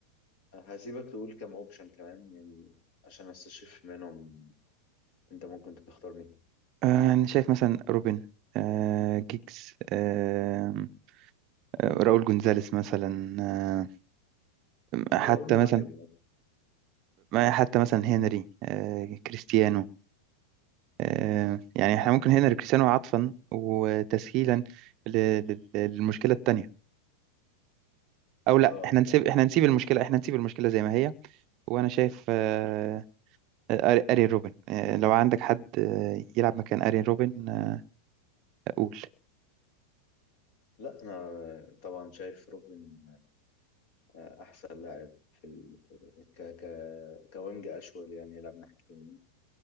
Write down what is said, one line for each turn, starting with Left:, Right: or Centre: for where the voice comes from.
Left: هسيبك تقول كم أوبشن كمان يعني عشان أستشف منهم أنت ممكن تختار مين
Right: آه، انا شايف مثلا روبن آه، جيجز آه، آه، راؤول جونزاليس مثلا آه، حتى
Left: أنا أقول مهاجم
Right: مثلا
Left: مثلاً.
Right: حتى مثلا هنري آه، كريستيانو آه، يعني احنا ممكن هنا لكريستيانو عطفا وتسهيلا ل- لل- للمشكله التانيه او لا
Left: أه
Right: احنا نسيب
Left: إن إحنا
Right: احنا نسيب المشكله احنا نسيب المشكله زي ما هي وانا شايف آه، آه، ارين روبن آه، لو عندك حد آه، يلعب مكان ارين روبن آه، قول
Left: لا أنا طبعا شايف روبن آه، أحسن لاعب في ال... ك... ك... كوينج أشول يعني يلعب ناحية اليمين